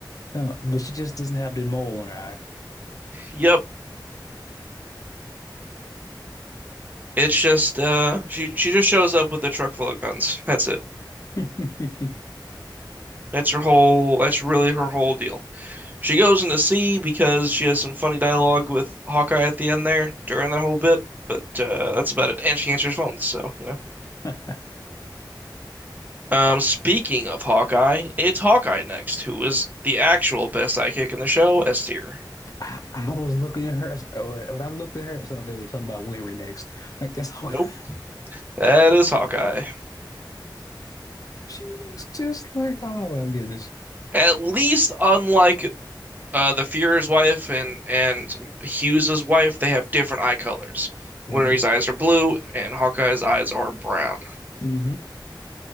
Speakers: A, on the left; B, on the right.
A: No, but she just doesn't have the mole on her eye.
B: yep. It's just uh she she just shows up with a truck full of guns. That's it.
A: <laughs> hmm
B: That's her whole that's really her whole deal. She goes into sea because she has some funny dialogue with Hawkeye at the end there during that whole bit, but uh that's about it. And she answers phones, so you know.
A: I,
B: Um, speaking of Hawkeye, it's Hawkeye next, who is the actual best sidekick in the show, S tier.
A: I was looking at her. I said- When I looked at her, I said, "Okay, we're talking about Winry next." Like that's all.
B: Nope.
A: <laughs>
B: That is Hawkeye.
A: She looks just like. Oh my goodness.
B: At least unlike uh, the Fuhrer's wife and and Hughes's wife, they have different eye colors.
A: hmm
B: Winry's eyes are blue, and Hawkeye's eyes are brown.
A: hmm